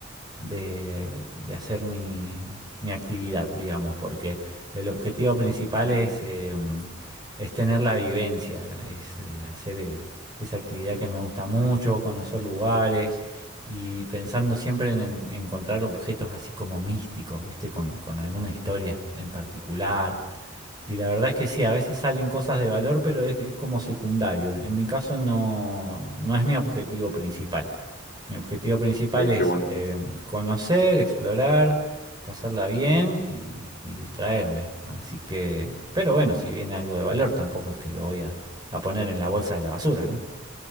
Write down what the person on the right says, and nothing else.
de hacer mi, mi actividad, digamos, porque el objetivo principal
es, eh, es tener la vivencia, es eh, hacer eh, esa actividad que me gusta mucho, conocer lugares y pensando siempre en, en encontrar objetos así como místicos, ¿viste? Con, con alguna historia en particular y la verdad es que sí, a veces salen cosas de valor, pero es, es como secundario. En mi caso no, no es mi objetivo principal. Mi objetivo principal
es
eh, conocer, explorar, pasarla bien y, y distraerme. Así que, pero bueno, si viene algo de valor, tampoco es que lo voy a, a poner en la bolsa de la basura, ¿no?